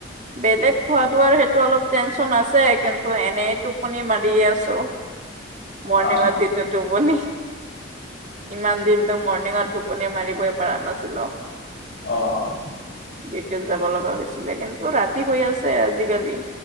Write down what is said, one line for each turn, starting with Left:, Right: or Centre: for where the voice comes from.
Right: বেলেগ খোৱা দোৱাৰ সেইটো অলপ টেনশচন আছে ত এনেই টোপনি মাৰিয়ে আছো মৰ্ণিঙত
Left: হা
Right: যিটো টোপনি ইমান দিনতো মৰনিংত টোপনিয়ে মাৰিবই পৰা নাছিলো
Left: অ অ
Right: এতিয়া যাব লগা হৈছিলে কিন্তু ৰাতি হৈ আছে আজিকালি